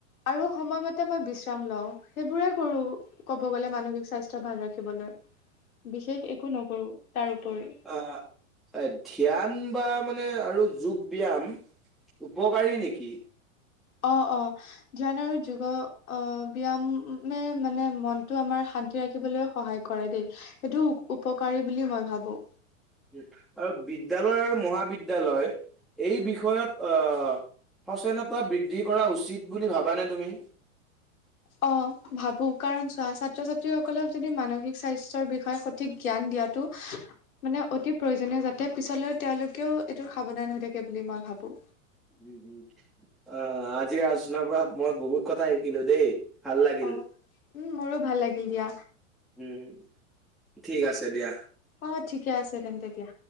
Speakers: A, on the left (about 85°); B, in the centre.
A: আৰু সময়মতে মই বিশ্ৰাম লওঁ সেইবোৰে কৰো কব গ'লে মানসিক স্বাস্থ্য ভাল ৰাখিবলৈ বিশেষ একো নকৰো তাৰপৰি
B: অ এ ধ্যান বা মানে আৰু যোগ ব্যায়াম উপকাৰী নেকি
A: অ অ ধ্যান আৰু যোগ অ ব্যায়ামে মানে মনটো আমাৰ শান্তি ৰাখিবলৈ সহায় কৰে দেই সেইটো উপকাৰী বুলি মই ভাবো
B: আৰু বিদ্যয়ালয় আৰু মহাবিদ্যলয় এই বিষয়ত অ সচেতনতা বৃদ্ধি কৰা উচিত বুলি ভাবানে তুমি?
A: অ ভাবো কাৰণ চোৱা ছাত্ৰ ছাত্ৰীসকলক যদি মানসিক স্বাস্থ্যৰ বিষয়ে সঠিক জ্ঞান দিয়াত টো মানে অতি প্ৰয়োজনীয় যাতে পিছলৈ তেওঁলোকেও এইটো সাৱধান হৈ থাকে বুলি মই ভাবো।
B: উম উম অ আজিৰ আলোচনাৰ পৰা মই বহুত কথা শিকিলো দেই। ভাল লাগিল।
A: অ উম মোৰো ভাল লাগিল দিয়া।
B: উম ঠিক আছে দিয়া।
A: অ ঠিকে আছে তেন্তে দিয়া।